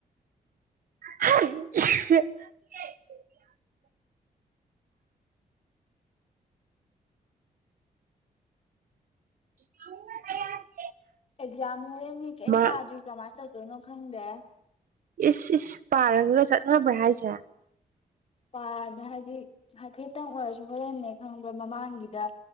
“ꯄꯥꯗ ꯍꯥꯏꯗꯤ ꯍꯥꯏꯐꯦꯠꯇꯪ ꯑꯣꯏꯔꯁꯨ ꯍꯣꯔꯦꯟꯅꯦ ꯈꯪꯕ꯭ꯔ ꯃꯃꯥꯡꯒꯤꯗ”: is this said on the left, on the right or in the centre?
Left